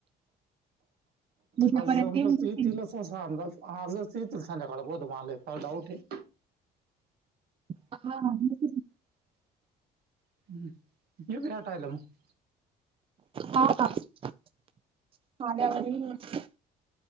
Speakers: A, on the right; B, on the right.
A: उद्यापर्यंत
B: हजार
A: येऊन जातील
B: <unintelligible> येतीलच असा अंदाज आजच येतील, संध्याकाळ तस तसा मला डाऊट हेय
A: <unintelligible>
B: <unintelligible>
A: हां का <unintelligible>